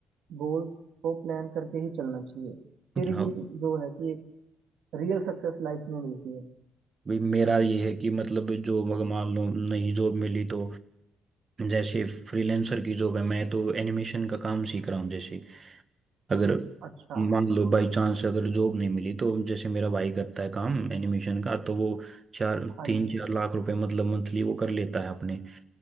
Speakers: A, on the right; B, on the right.
A: गोल्स को प्लान करके ही चलना चाहिए फिर
B: हाँ
A: ही जो है कि एक रियल सक्सेस लाइफ में मिलती है
B: भाई मेरा ये है कि मतलब जो मगर मान लो नहीं जॉब मिली तो जैसे फ्रीलांसर की जॉब है मैं तो एनिमेशन का काम सीख रहा हूँ जैसे अगर
A: अच्छा
B: मान लो बाई चांस अगर जॉब नहीं मिली तो जैसे मेरा भाई करता है काम एनिमेशन का तो वो चार
A: हाँ
B: तीन
A: जी
B: चार लाख रुपए मतलब मंथली वो कर लेता है अपने